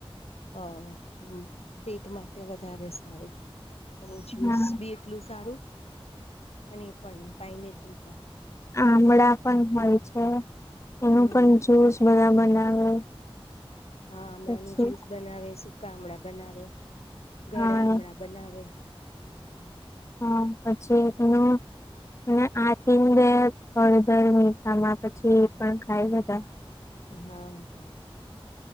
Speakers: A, on the left; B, on the left.
A: હા હમ. પેટ માટે વધારે સારું એનું જ્યુસ
B: હા
A: બી એટલું સારું. અને એ પણને ભાઈને પણ પણ.
B: આમળા પણ હોય છે એનું
A: હમ
B: પણ જુસ બધા બનાવે.
A: હા આમળા
B: પછી
A: ન જ્યુસ બનાવે સકા આમળા બનાવે ગળે
B: હા
A: આમળા બનાવે.
B: હા પછી એનું અને આથી બે હળદર મીઠામાં પછી પણ ખાય બધા.
A: હા હ.